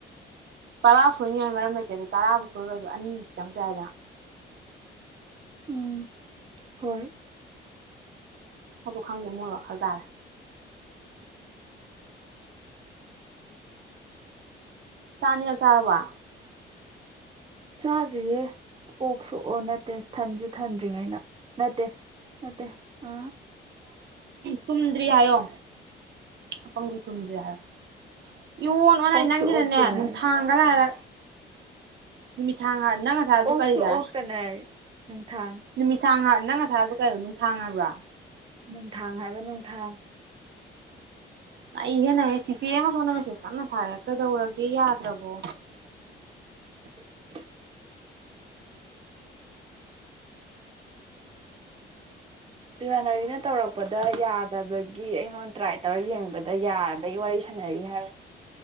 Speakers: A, on the right; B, on the right.
A: ꯇꯔꯥ ꯁꯣꯏꯅꯤꯡꯉꯥꯏ ꯃꯔꯝ ꯂꯩꯇꯦ ꯑꯗꯨ ꯇꯔꯥꯕꯨ ꯁꯣꯏꯔꯣꯏ ꯑꯗꯨ ꯑꯅꯤꯃꯨꯛꯇ ꯆꯪꯉꯛꯄ ꯌꯥꯏꯗꯅ
B: ꯎꯝ ꯍꯣꯏ
A: ꯑꯗꯨ ꯈꯪꯗꯦ ꯃꯣꯏ ꯋꯥꯈꯜ ꯇꯥꯔꯦ ꯆꯥꯛ ꯑꯅꯤꯔꯛ ꯆꯥꯔꯕꯣ
B: ꯆꯥꯗ꯭ꯔꯤꯌꯦ ꯑꯣꯛ ꯁꯨꯑꯣ ꯅꯠꯇꯦ ꯊꯟꯖ ꯊꯟꯗ꯭ꯔꯤꯉꯩꯩꯅ ꯅꯠꯇꯦ ꯅꯠꯇꯦ ꯑ
A: ꯇꯨꯝꯗ꯭ꯔꯤ ꯍꯥꯏꯌꯣ ꯑꯄꯪꯕꯤ ꯊꯨꯝꯖꯦ ꯌꯥꯛꯑꯦ ꯏꯑꯣꯟ ꯑꯣꯟꯅꯩ
B: ꯑꯣꯛꯁꯨ
A: ꯅꯪꯒꯤꯅꯅꯦ
B: ꯑꯣꯛꯇꯅ
A: ꯅꯨꯡꯊꯥꯡꯗ ꯉꯥꯏꯔ ꯅꯨꯃꯤꯊꯥꯡ ꯉꯥꯏ ꯅꯪ ꯉꯁꯥꯢ ꯍꯥꯏꯕꯗꯨ
B: ꯑꯣꯛꯁꯨ
A: ꯀꯔꯤꯗ
B: ꯑꯣꯛꯇꯅ ꯅꯨꯡꯊꯥꯡ
A: ꯅꯨꯃꯤꯊꯥꯡ ꯉ ꯅꯪ ꯉꯥꯁꯥꯏ ꯍꯥꯢꯕꯗꯣ ꯀꯩꯅꯣ ꯅꯨꯡꯊꯥꯡ ꯍꯥꯏꯕ꯭ꯔꯣ
B: ꯅꯨꯡꯊꯥꯡ ꯍꯥꯏꯕ ꯅꯨꯡꯊꯥꯡ
A: ꯅꯩꯍꯦ ꯅꯩꯍꯦ ꯆꯤꯆꯦ ꯑꯃ ꯁꯣꯝꯗ ꯃꯦꯁꯦꯁ ꯀꯟꯅ ꯊꯥꯔꯛꯑꯦ ꯀꯩꯗꯧꯔꯒꯦ ꯌꯥꯗ꯭ꯔꯕꯣ
B: <inaudible> ꯏꯃꯥꯟꯅꯕꯤꯅ ꯇꯧꯔꯛꯄꯗ ꯌꯥꯗꯕꯒꯤ ꯑꯩꯉꯣꯟꯗ ꯇ꯭ꯔꯥꯏ ꯇꯧꯔ ꯌꯦꯡꯨꯕꯗ ꯌꯥꯔꯕꯩ ꯋꯥꯔꯤ ꯁꯥꯟꯅꯔꯤ ꯍꯥꯏꯔ